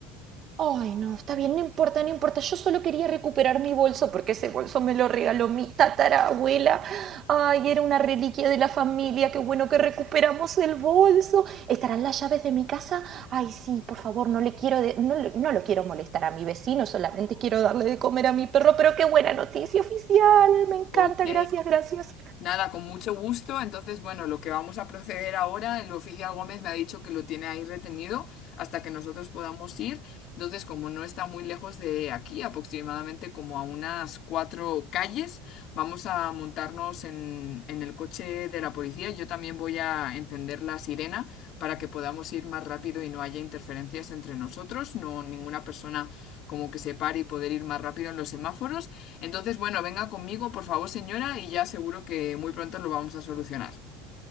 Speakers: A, on the right (about 45°); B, on the left (about 55°).
A: Ay, no, está bien, no importa, no importa. Yo solo quería recuperar mi bolso porque ese bolso me lo regaló mi tatarabuela. Ay, era una reliquia de la familia. Qué bueno que recuperamos el bolso. ¿Estarán las llaves de mi casa? Ay, sí, por favor, no le quiero de- no, le- no lo quiero molestar a mi vecino, solamente quiero darle de comer a mi perro, pero qué buena noticia oficial. Me encanta,
B: Ok.
A: gracias, gracias.
B: Nada, con mucho gusto. Entonces, bueno, lo que vamos a proceder ahora, el oficial Gómez me ha dicho que lo tiene ahí retenido hasta que nosotros podamos ir. Entonces, como no está muy lejos de aquí, aproximadamente como a unas cuatro calles, vamos a montarnos en, en el coche de la policía. Yo también voy a encender la sirena para que podamos ir más rápido y no haya interferencias entre nosotros, no ninguna persona como que se pare y poder ir más rápido en los semáforos. Entonces, bueno, venga conmigo, por favor, señora, y ya seguro que muy pronto lo vamos a solucionar.